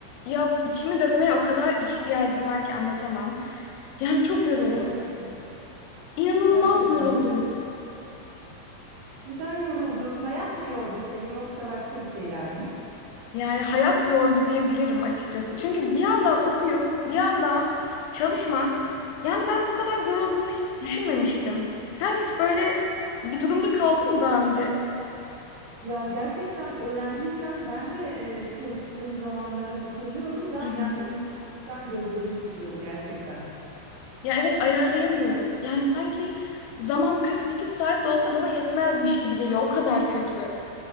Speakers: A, on the left; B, on the right.
A: Ya içimi dökmeye o kadar ihtiyacım var ki anlatamam. Yani çok yoruldum.
B: Gerçekten.
A: İnanılmaz
B: Gerçekten.
A: yoruldum.
B: Neden? Neden yoruldun? Hayat mı yordu seni yoksa başka bir şeyler mi?
A: Yani hayat yordu diyebilirim açıkçası. Çünkü bir yandan okuyup bir yandan çalışmak yani ben bu kadar zor olduğunu hiç düşünmemiştim. Sen hiç böyle bir durumda kaldın mı daha önce?
B: Ya gerçekten öğrenciyken ben de e, çalıştığım zamanları hatırlıyorum da
A: Hı hı.
B: yani uykusuzluktan gözlerim şişiyordu gerçekten.
A: Ya evet ayarlayamıyorum. Yani sanki zaman 48 saat de olsa bana yetmezmiş gibi geliyor. O kadar kötü.